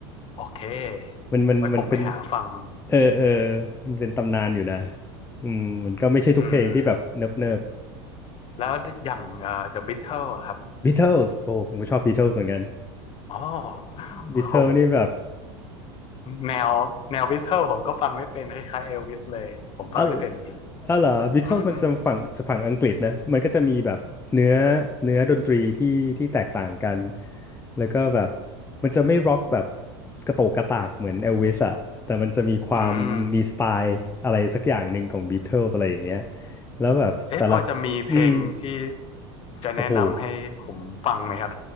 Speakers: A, on the left; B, on the left.
A: โอเค
B: มันมันมันเป็น
A: ไว้ผมไปหาฟัง
B: เออเออมันเป็นตำนานอยู่นะอืมมันก็ไม่ใช่ทุกเพลงที่แบบเนิบเนิบ
A: อืมแล้วอย่างเอ่อ The Beatles อะครับ
B: Beatles โอ้ผมก็ชอบ Beatles เหมือนกัน
A: อ๋อโอ้โห
B: Beatles นี่แบบ
A: แนวแนว Beatles ผมก็ฟังไม่เป็นคล้ายๆเอลวิสเลยผมฟังไม่เป็นจริง
B: อ๋ออ๋อเหรอบิทเทิลมันจะฝั่งจะฝั่งอังกฤษนะมันก็จะมีแบบเนื้อ
A: อืม
B: เนื้อดนตรีที่ที่แตกต่างกัน แล้วก็แบบมันจะไม่ร็อกแบบกระโตกกระตากเหมือนเอลวิสอะแต่มันจะมีความมีสไตล์อะไรสักอย่างหนึ่งของบิทเทิลอะไรอย่างเงี้ย
A: อืม
B: แล้วแบบแต่ละ
A: เอ๊ะพอจะมีเพลงที่
B: อืม
A: จะแนะนำให้ผมฟังไหมครับ
B: โอ้โห